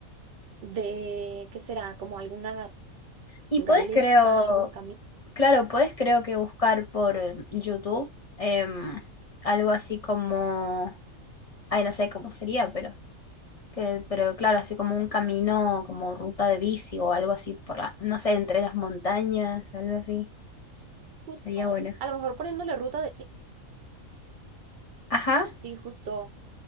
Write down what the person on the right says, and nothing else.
de, ¿qué será? Como alguna
naturaleza,
algún camino,
justo,
a lo mejor poniéndole ruta de...
Sí, justo,